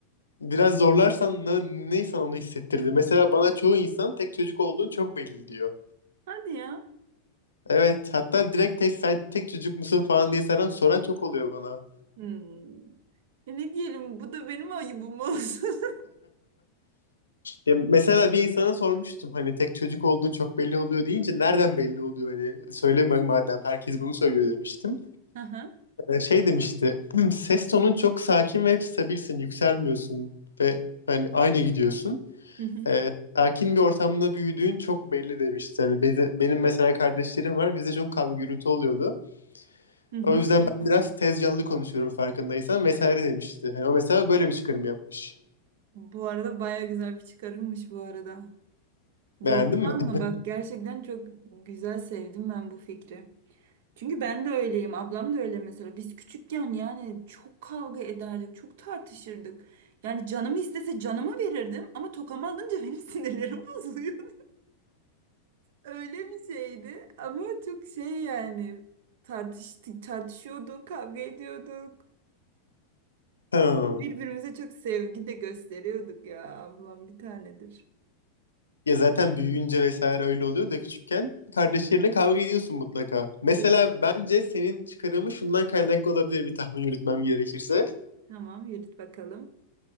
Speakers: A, on the left; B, on the right.
A: biraz zorlarsan ne, ne sana onu hissettirdi? Mesela bana çoğu insan tek çocuk olduğun çok belli diyor.
B: Hadi ya.
A: Evet hatta direkt tek sen tek çocuk musun falan diye soran soran çok oluyor bana.
B: Hmm. E ne diyelim bu da benim ayıbım olsun.
A: Ya mesela bir insana sormuştum hani tek çocuk olduğun çok belli oluyor deyince nereden belli oluyor hani söyleme madem herkes bunu söylüyor demiştim.
B: <laughs> Aha.
A: Ee, şey demişti "Hmm, ses tonun çok sakin ve hep stabilsin yükselmiyorsun ve hani aynı gidiyorsun.
B: Hı hı.
A: Ee, sakin bir ortamda büyüdüğün çok belli demişti. Hani be- benim mesela kardeşlerim var bizde çok kavga gürültü oluyordu.
B: Hı hı.
A: O yüzden ben biraz tez canlı konuşuyorum farkındaysan vesaire demişti. Hani o mesela böyle bir çıkarım yapmış.
B: Bu arada baya güzel bir çıkarımmış bu arada.
A: Beğendin
B: Doğru
A: mi?
B: ama
A: <laughs>
B: bak gerçekten çok güzel sevdim ben bu fikri. Çünkü ben de öyleyim. Ablam da öyle mesela. Biz küçükken yani çok kavga ederdik, çok tartışırdık. Yani canımı istese canımı verirdim ama tokamı alınca benim <laughs> sinirlerim bozuluyordu. Öyle bir şeydi ama çok şey yani tartıştık, tartışıyorduk, kavga ediyorduk.
A: Ha.
B: Birbirimize çok sevgi de gösteriyorduk ya. Ablam bir tanedir.
A: Ya zaten büyüyünce vesaire öyle oluyor da küçükken kardeşlerine kavga ediyorsun mutlaka. Mesela
B: Ke-
A: bence senin çıkarımı şundan kaynaklı olabilir bir tahmin yürütmem gerekirse.
B: Tamam yürüt bakalım.